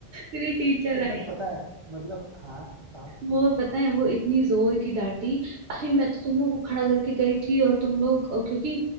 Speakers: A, on the right; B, on the right.
A: मेरी टीचर
B: इनफैक्ट
A: आई
B: पता है मतलब हाँ बताओ
A: वो पता है वो इतनी जोर की डांटी अरे मैं तो तुम लोग को खड़ा करके गई थी और तुम लोग और क्योंकि